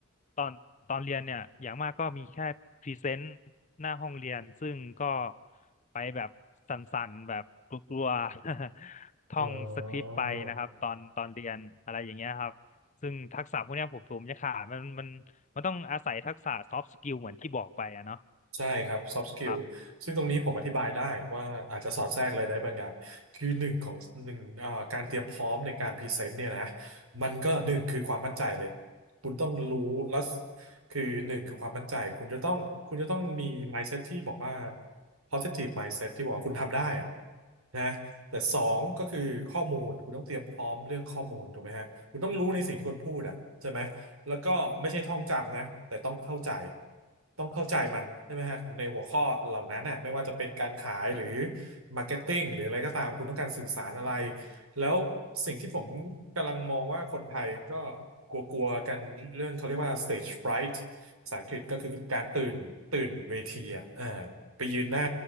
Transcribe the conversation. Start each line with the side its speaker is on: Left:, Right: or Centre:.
Left: ตอนตอนเรียนเนี่ยอย่างมากก็มีแค่พรีเซนต์หน้าห้องเรียนซึ่งก็ไปแบบสั่นๆแบบกลัวๆ <laughs> ท่องสคริปต์ไปนะครับตอนตอนเรียนอะไรอย่างเงี้ยครับซึ่งทักษะพวกเนี้ยผมผมจะขาดมันมันมันต้องอาศัยทักษะ
Right: เออ
Left: soft skill เหมือนที่บอกไปอะเนาะ
Right: ใช่ครับ soft skill
Left: ครับ
Right: ซึ่งตรงนี้ผมอธิบายได้ว่าอาจจะสอดแทรกอะไรได้บางอย่างคือหนึ่งของหนึ่งเอ่อการเตรียมพร้อมในการพรีเซนต์เนี่ยนะมันก็หนึ่งคือความมั่นใจเลยคุณต้องรู้แล้วคือหนึ่งคือความมั่นใจคุณจะต้องคุณจะต้องมี mindset ที่บอกว่า positive mindset ที่บอกว่าคุณทำได้อะนะ แต่สองก็คือข้อมูลคุณต้องเตรียมพร้อมเรื่องข้อมูลถูกไหมฮะคุณต้องรู้ในสิ่งที่คนพูดอ่ะใช่ไหมแล้วก็ไม่ใช่ท่องจำนะแต่ต้องเข้าใจต้องเข้าใจมันใช่ไหมฮะในหัวข้อเหล่านั้นน่ะไม่ว่าจะเป็นการขายหรือมาร์เก็ตติ้งหรืออะไรก็ตามคุณต้องการสื่อสารอะไรแล้วสิ่งที่ผมกำลังมองว่าคนไทยก็กลัวๆกันเรื่องเขาเรียกว่า stage fright ภาษาอังกฤษก็คือการตื่นตื่นเวทีอ่ะเออไปยืนหน้า